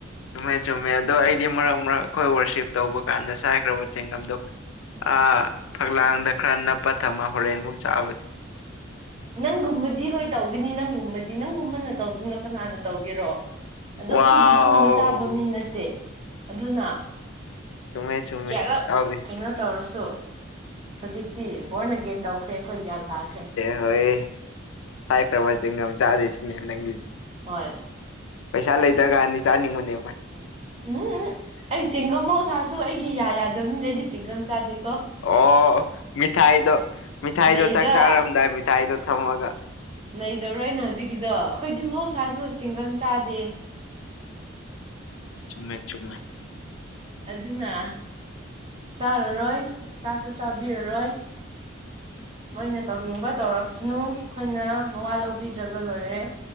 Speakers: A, on the left; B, on the right.
A: ꯆꯨꯝꯃꯦ ꯆꯨꯝꯃꯦ ꯑꯗꯣ ꯑꯩꯗꯤ ꯃꯔꯛ ꯃꯔꯛ ꯈꯣꯏ ꯋꯥꯔꯁꯤꯞ ꯇꯧꯕ ꯀꯥꯟꯗ ꯁꯥꯏꯈ꯭ꯔꯕ ꯆꯦꯡꯒꯝꯗꯣ ꯑꯥ ꯐꯛꯂꯥꯡꯗ ꯈꯔ ꯅꯞꯄ ꯊꯝꯃ ꯍꯣꯔꯦꯟ ꯃꯨꯛ ꯆꯥꯕꯗꯤ
B: ꯅꯪꯒꯨꯝꯕꯗꯤ ꯍꯣꯏ ꯇꯧꯒꯅꯤ ꯅꯪꯒꯨꯝꯕꯗꯤ ꯅꯪꯒꯨꯝꯕꯅ ꯇꯧꯗꯅ ꯀꯅꯥꯅ ꯇꯧꯒꯦꯔꯣ ꯑꯗꯣ ꯑꯩꯈꯣꯏꯗꯤ
A: ꯋꯥꯎ
B: ꯑꯗꯨꯒꯨꯝꯕ ꯆꯥꯕ ꯃꯤ ꯅꯠꯇꯦ ꯑꯗꯨꯅ
A: ꯆꯨꯝꯃꯦ ꯆꯨꯝꯃꯦ
B: ꯀꯌꯥꯔꯛ
A: ꯏꯇꯥꯎꯗꯤ
B: ꯀꯩꯅꯣ ꯇꯧꯔꯁ ꯁꯨ ꯍꯧꯖꯤꯛꯇꯤ ꯕꯣꯔꯟ ꯑꯒꯦꯟ ꯇꯧꯈ꯭ꯔꯦ ꯑꯩꯈꯣꯏ ꯒ꯭ꯌꯥꯟ ꯇꯥꯈ꯭ꯔꯦ
A: ꯍꯣꯏ ꯁꯥꯏꯈ꯭ꯔꯕ ꯆꯦꯡꯒꯝ ꯆꯥꯗꯣꯏꯁꯤꯅꯦ ꯅꯪꯒꯤ
B: ꯍꯣꯏ
A: ꯄꯩꯁꯥ ꯂꯩꯇꯔ ꯀꯥꯟꯗꯗꯤ ꯆꯥꯅꯤꯡꯕꯅꯦ
B: ꯎꯝ ꯎ ꯑꯩ ꯆꯦꯡꯒꯝ ꯑꯣꯁꯥꯁꯨ ꯑꯩꯒꯤ ꯌꯥ ꯌꯥꯗꯕꯅꯤꯅ ꯑꯩꯗꯤ ꯆꯦꯡꯒꯝ ꯆꯥꯗꯦꯀꯣ
A: ꯑꯣ ꯃꯤꯊꯥꯏꯗꯣ ꯃꯤꯊꯥꯏꯗꯣ
B: ꯅꯩꯗ꯭ꯔꯥ
A: ꯆꯥꯛ ꯆꯥꯔꯝꯗꯥꯏ ꯃꯤꯊꯥꯏꯗꯣ ꯊꯝ ꯃꯒ
B: ꯅꯩꯗꯕꯔꯣꯏ ꯑꯩꯅ ꯍꯧꯖꯤꯛꯀꯤ ꯑꯩꯈꯣꯏ ꯗꯤ ꯃꯍꯧꯁ ꯆꯤꯡꯒꯝ ꯆꯥꯗꯦ
A: ꯆꯨꯝꯃꯦ ꯆꯨꯝꯃꯦ
B: ꯑꯗꯨꯅ ꯆꯥꯔꯔꯣꯏ ꯆꯥꯁꯨ ꯆꯥꯕꯤꯔꯔꯣꯏ ꯃꯣꯏꯅ ꯇꯧꯅꯤꯡꯕ ꯇꯧꯔꯛꯁꯅꯨ ꯑꯩꯈꯣꯏꯅ ꯃꯋꯥ ꯂꯧꯕꯤꯗ꯭ꯔꯒ ꯂꯣꯏꯔꯦ